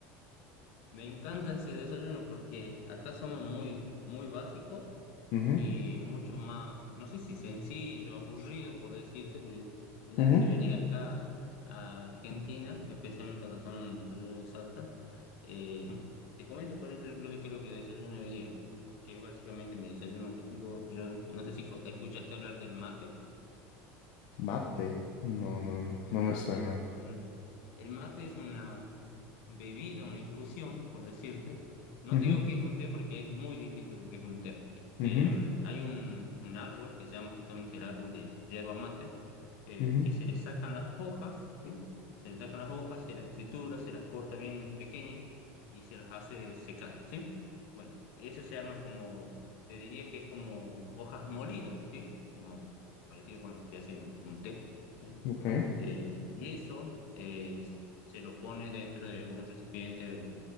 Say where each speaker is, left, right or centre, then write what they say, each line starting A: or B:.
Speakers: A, on the left; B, on the left.
A: me encanta ese desayuno porque acá somos muy, muy básicos
B: Ujú,
A: y mucho más, no sé si sencillo, aburrido por decirte, porque entonces
B: ujú.
A: si venís acá a Argentina, especialmente a la zona donde soy yo de Salta, eh, <laughs> te comento, por ejemplo, incluso qué es lo que desayuno hoy día, que es básicamente mi desayuno típico, yo no sé si co- escuchaste hablar del mate,
B: Mate. No, no, no,
A: del
B: no me
A: mate,
B: suena.
A: bueno, el el mate es una bebida, una infusión, por decirte. No
B: Ujú,
A: te digo que es un té porque es muy distinto de lo que es un té.
B: ujú,
A: Eh, hay un, un árbol que se llama justamente el árbol de yerba mate, eh,
B: ujú,
A: que se le sacan las hojas, ¿sí? Se le sacan las hojas, se las tritura, se las corta bien pequeñas y se las hace secar, ¿sí? Bueno, ese se arma como, te diría que es como hojas molidas, ¿sí? Como parecido con lo que se hace un, un té, ¿sí?
B: ok,
A: Bueno, eh, y eso eh, se lo pone dentro de un recipiente